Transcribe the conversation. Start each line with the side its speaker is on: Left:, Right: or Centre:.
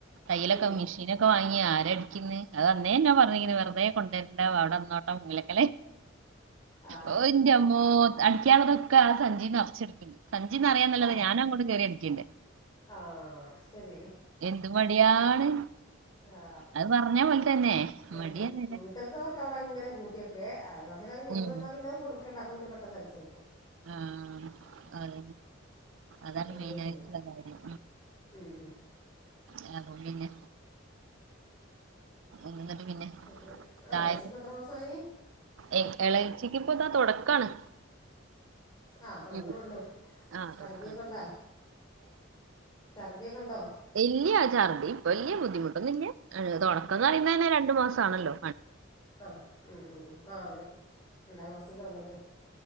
Right: തയ്യലൊക്കെ
Left: ഉം
Right: മെഷീനൊക്കെ വങ്ങി ഞ്ഞ് ആരടിക്കന്ന് അത് അന്നേ എന്നാ പറഞ്ഞങ്ങനെ വെറുതെ കൊണ്ടുവരണ്ട അവിടെ അന്നോട്ടെ മുങ്ങലൊക്കല്ലെ
Left: ആ
Right: ഓ ഇന്റമ്മോ അടിക്കനുള്ളതൊക്കെ ആ സഞ്ചീ നർച്ച് ണ്ട് സഞ്ജിന്നറിയ ന്നല്ലാതെ
Left: ആ
Right: ഞാൻ അങ്ങോട്ട് കയറി അടുക്കില്ല
Left: ആ ശരി
Right: എന്ത് മടിയാണ്
Left: ആ
Right: അത് പറഞ്ഞ പോലെ തന്നെ
Left: ഞാൻ
Right: മടിയാ
Left: വി
Right: നേരെ
Left: വീട്ട്ത്തൊക്കെ അവിടെ അങ്ങനെ കൂട്ടിക്കും ഓക്കെ അയൽവാസിക്കെ കൊടുന്ന്
Right: ഉം
Left: ന്ന പിന്നെ കൊടുക്കണ്ടെ അപ്പ പിന്നെ പെട്ടെന്ന് അടിച്ച് കൊടുക്കും
Right: ആഹ് അത അതാണ്
Left: അങ്ങനെ
Right: മെയിനായിട്ടുള്ള
Left: ചെയ്യുക
Right: കാര്യം
Left: ഉം ഉം
Right: ആ പിന്നെ എന്നിട്ട് പിന്നെ
Left: എന്നിട്ട് ആ
Right: ചായ
Left: ഇളച്ചിക്ക് എത്ര മാസമായി
Right: ഏ എളേച്ചിക്ക് ഇപ്പൊ ഇതാ തുടക്കാണ്
Left: ആഹ് തുടങ്ങ്ണൊള്ളു
Right: ഉം ആ
Left: ഛർദിയൊക്കെണ്ടാ
Right: തുടക്കാണ് തുടങ്ങി.
Left: ചർദിയൊക്കെ ഉണ്ടോ
Right: വലിയ ആചാുണ്ട് ഇപ്പൊ വലിയ ബുദ്ധിമുട്ടൊന്നുമില്ല ഏ തുടക്കംന്ന്റിയുന്നന്നെ രണ്ടു മാസം ആണല്ലോ
Left: ആഹ് ഉ ഉ ഉ ആ അതെ ണ്ടാവു കൊർച്ച്‌ കിടന്നിട്ട്